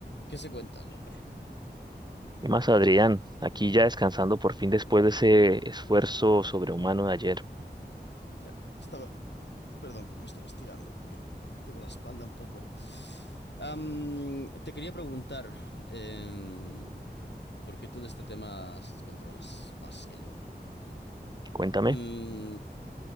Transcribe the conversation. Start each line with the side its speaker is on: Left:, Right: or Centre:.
Left: ¿Qué se cuenta el hombre?
Right: Y más, Adrián, aquí ya descansando por fin después de ese esfuerzo sobrehumano de ayer.
Left: Ya, estaba, perdón, me estoy estirando porque tengo la espalda un poco. Am, te quería preguntar, em, porque tú de este tema controlas más que yo.
Right: Cuéntame.
Left: Mm,